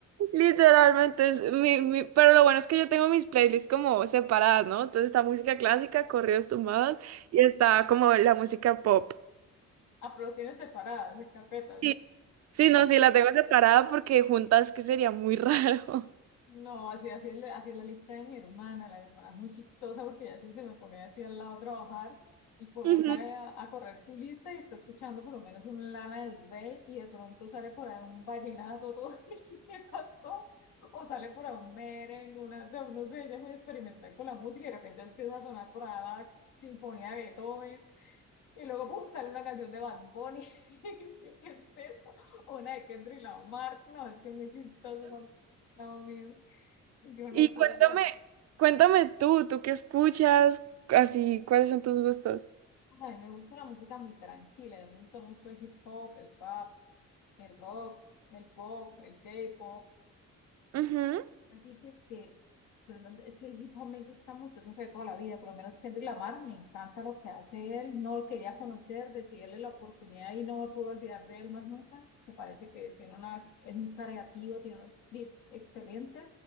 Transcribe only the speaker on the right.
Literalmente es mi, mi- pero lo bueno es que yo tengo mis playlists como separadas, ¿no? Entonces está música clásica, corridos tumbados, y está como la música pop.
Sí, sí, no, sí, la tengo separada porque juntas que sería muy raro.
<laughs> Ujú.
Y
cuéntame,
cuéntame tú, tú qué escuchas, así, cuáles son tus gustos.
Ujú,